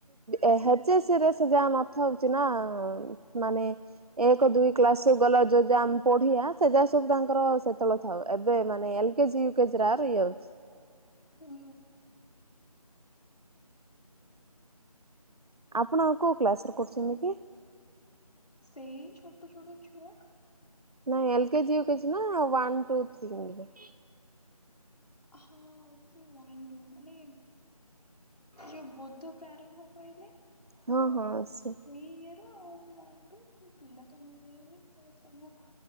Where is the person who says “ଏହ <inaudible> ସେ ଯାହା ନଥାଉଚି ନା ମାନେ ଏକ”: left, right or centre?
Right